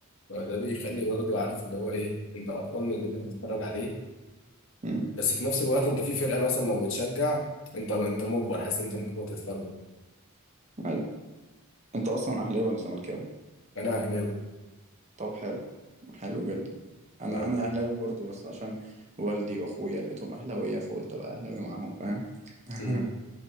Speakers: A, on the left; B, on the right.
A: ده بيخلي برضه عارف اللي هو ايه انت قرفان من اللي انت بتتفرج عليه
B: مم.
A: بس في نفس الوقت انت في فرقه مثلا لو بتشجع انت انت مجبر حاسس ان انت مجبر تتفرج
B: ايوه انت اصلا اهلاوي ولا زملكاوي
A: انا اهلاوي
B: طب حلو حلو جدا انا
A: اه.
B: انا اهلاوي برضو بس عشان والدي واخويا لقيتهم اهلاويه فقلت ابقى اهلاوي معاهم فاهم <laughs>
A: امم.